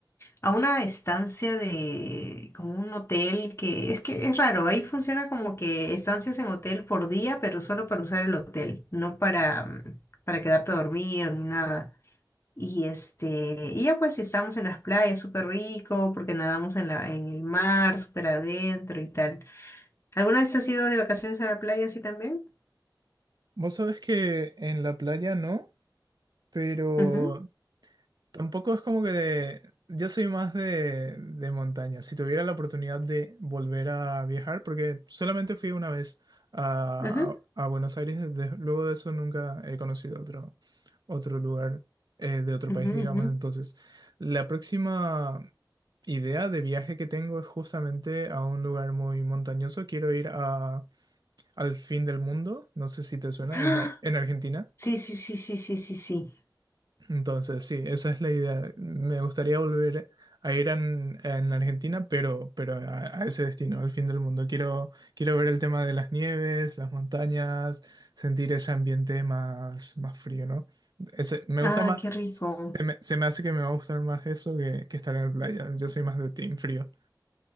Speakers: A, on the left; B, on the right.
A: a una estancia de como un hotel que es que es raro, ahí funciona como que estancias en hotel por día, pero solo para usar el hotel, no para mm, para quedarte a dormir ni nada. Y este, y ya pues estamos en las playas, súper rico, porque nadamos en la en el mar, súper adentro y tal. ¿Alguna vez has ido de vacaciones a la playa así también?
B: Vos sabés que en la playa no, pero
A: Ujú,
B: Tampoco es como que de... Yo soy más de, de montaña. Si tuviera la oportunidad de volver a viajar, porque solamente fui una vez a,
A: ujú,
B: a Buenos Aires, de- luego de eso nunca he conocido otro, otro lugar eh, de otro
A: ujú,
B: país, digamos.
A: ujú.
B: Entonces, la próxima idea de viaje que tengo es justamente a un lugar muy montañoso. Quiero ir a, al fin del mundo, no sé si te suena,
A: <gasps>
B: en, Ar- en Argentina.
A: Sí, sí, sí, sí, sí, sí, sí.
B: Entonces, sí, esa es la idea. Me gustaría volver a ir en, en Argentina, pero, pero a, a ese destino, al fin del mundo. Quiero, quiero ver el tema de las nieves, las montañas, sentir ese ambiente más, más frío, ¿no? Ese, me
A: Ay,
B: gusta más,
A: qué rico.
B: se me, se me hace que me va a gustar más eso que, que estar en la playa. Yo soy más de team frío.